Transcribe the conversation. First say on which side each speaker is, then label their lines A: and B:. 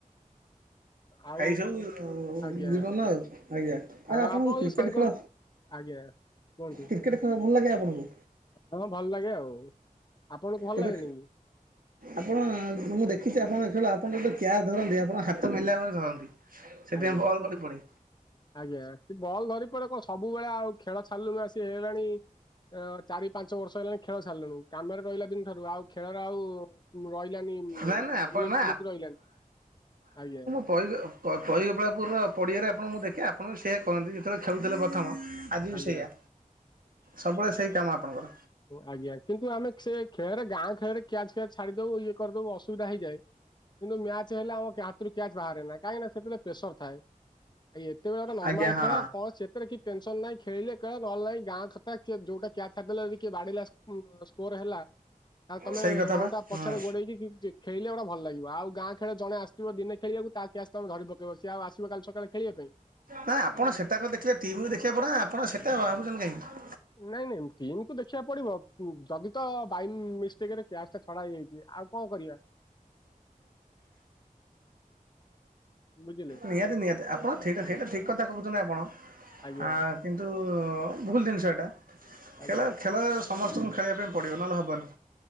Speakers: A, on the left (about 30°); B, on the right (about 75°).
A: ଆଉ
B: ଏଇ ସବୁ
A: ଆଜ୍ଞା
B: ଜୀବନ ଆଉ ଆଜ୍ଞା ଆ
A: ଆଉ
B: ଆପଣଙ୍କୁ
A: ଆପଣ
B: କ୍ରିକେଟ
A: ଯୋଉ ସାଙ୍ଗ
B: ଖେଳ
A: ଆଜ୍ଞା କୁହନ୍ତୁ
B: କ୍ରିକେଟ ଖେଳ ଭଲ ଲାଗେ ଆପଣଙ୍କୁ
A: ହଁ ଭଲ ଲାଗେ ଆଉ ଆପଣଙ୍କୁ ଭଲ
B: କେବେ
A: ଲାଗେନି କି।
B: ଆପଣ ମୁଁ ଦେଖିଛି ଆପଣଙ୍କ ଏଥର ଆପଣ ଯେତେବେଳେ କ୍ୟାଚ ଧରନ୍ତି ଆପଣଙ୍କ ହାତ ମେଲା କରି ଧରନ୍ତି। ସେଥିପାଇଁ
A: ଆଜ୍ଞା
B: ବଲ୍ ଗଳି ପଡ଼େ।
A: ଆଜ୍ଞା, ସେ ବଲ ଧରି ପଡେ କ ସବୁବେଳେ ଆଉ ଖେଳ ଛାଡଲୁଣି ଆ ସି ହେଇଗଲାଣି। ଚାରି ପାଞ୍ଚ ବର୍ଷ ହେଲାଣି ଖେଳ ଛାଡ଼ିଲୁଣ କାମରେ ରହିଲା ଦିନ ଠାରୁ ଆଉ ଖେଳର ଆଉ। ରହିଲାନି
B: ନା ନା ଆପଣ
A: ଲିଙ୍କ୍
B: ନା
A: ଫ୍ଲିଙ୍କ ରହିଲାନି, ଆଜ୍ଞା। <unintelligible>
B: ପଇ ପଈଗୋପଳାପୁର ପଡ଼ିଆରେ ଆପଣ ମୁଁ ଦେଖେ ଆପଣ ବି ସେଆ କରହନ୍ତି ଯେତେବେଳେ ଖେଳୁଥିଲେ ପ୍ରଥମ। ଆଜି ବି
A: ଆଜ୍ଞା
B: ସେଇଆ ସବୁବେଳେ ସେଇ କାମ ଆପଣଙ୍କର।
A: ଆଜ୍ଞ, କିନ୍ତୁ, ଆମେ ସେ ଖେଳ ରେ ଗାଁ ଖେଳରେ କ୍ୟାଚ୍ ଫ୍ୟାଚ ଛାଡିଦବୁ ଇଏ କରିଦବ ଅସୁବିଧା ହେଇଯାଏ। କିନ୍ତୁ ମ୍ୟାଚ ହେଲେ ଆମ ହାତରୁ କ୍ୟାଚ ବାହାରେ ନା କାହିଁକି ନା ସେଥିରେ ପ୍ରେସର ଥାଏ। ଇଏତ ବଳର ନର୍ମାଲ
B: ଆଜ୍ଞା ହଁ
A: ଖେଳ କଣ ସେ ସେଥରେ କିଛି ଟେନସନ ନାଇଁ ଖେଳିଲେ ଖେଳ ନ ହେଲା ନାଇଁ ଗାଁ କଥା ଯୋଉଟା କ୍ୟାଚ ଛାଡ଼ିଦେଲେ ବି କିଏ ବାଦେଇଲା ସ୍କୋର ହେଲା ତାଲେ ତମେ
B: ସେଇ କଥା
A: ରନ
B: ବା
A: ଟା
B: ହୁଁ
A: ପଛରେ ଗୋଡେଇକି ଖେଳିଲେ ଗୋଟ ଭଲ ଲାଗିବ। ଆଉ ଗାଁ ଖେଳ ଜଣେ ଆସିଥିବା ଦିନେ ଖେଳିବାକୁ ତା କ୍ୟାଚ ତମେ ଧରି ପକେଇବ ସେ ଆଉ ଆସିବ କାଲି ସକାଳେ ଖେଳିବା ପାଇଁ।
B: ନା ଆପଣ ସେଟା ଗ ଦେଖିଲେ ଟିମକୁ ଦେଖିବାକୁ ପଡିବନା ଆପଣ ସେଟା ଭାବୁଛନ୍ତି କାହିଁକି?
A: ନାଇଁ ନାଇଁ ଟିମ୍ କୁ ଦେଖିବାକୁ ପଡିବ ଯଦି ତ ବାଇ ମି- ସଟେକରେ କ୍ୟାଚ୍ ଟା ଛଡା ହେଇଯାଇଛି ଆଉ କଣ କରିବା। ବୁଝିଲେ
B: ନିହାତି ନିହାତି ଆପଣ ସେଇଠା ସେଇଠା ଠିକ୍ କଥା କହୁଛନ୍ତି ଆପଣ
A: ଆଜ୍ଞା
B: ଆଁ କିନ୍ତୁ ଭୁଲ ଜିନିଷ ଏଇଟା
A: ଆଜ୍ଞା
B: ଖେଳ ଖେଳ ଶ୍ ସମସ୍ତଙ୍କୁ ଖେଳିବା ପାଇଁ ପଡ଼ିବ ନହେଲେ ହବନି।